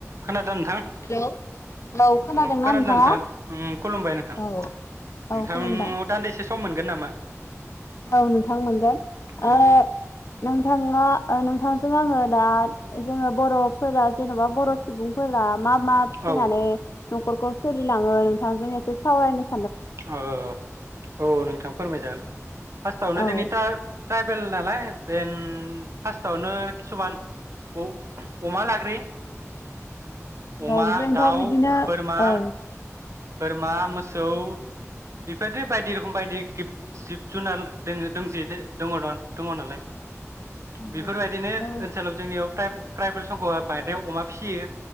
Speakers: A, on the right; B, on the left.
A: खोना दों नोंथां
B: हेलौ औ खोनादोंना
A: ओ खोनादों
B: नोंथाङा
A: नोंथां खुलुमबाय नोंथां
B: औ
A: नोंथांनियाव
B: औ खुलुमबाय
A: दान्दिसे सम मोन गोन नामा?
B: औ नोंथां मोनगोन
A: उम
B: ओ नोंथाङा ओ नोंथांजों आङो दा जोङो बर'फोरा जेन'बा बर' सुबुंफोरा मा मा फिसिनानै
A: औ
B: न'खरखौ सोलिलाङो नोंथांजों ए सो सावारायनो
A: अह, औ नोंथां फोरमायजागोन। पासथावनो
B: औ
A: जेनितार ट्राइबेल नालाय बेन पास्टावनो खिसुमान अ-अमा लाग्रोयो। अमा,
B: औ जोंथ'
A: दाउ,
B: बिदिनो
A: बोरमा।
B: औ
A: बोरमा, मोसौ बेफोरबादिनो बायदि रखम बायदि गिब जिब जुनार दोङो दोंजोयो दङदां दंङ नालाय।
B: औ
A: बेफोरबायदिनो ओनसोलाव जोंनियाव टायप ट्राइबेल संगआ बायरायाव अमा फिसियो,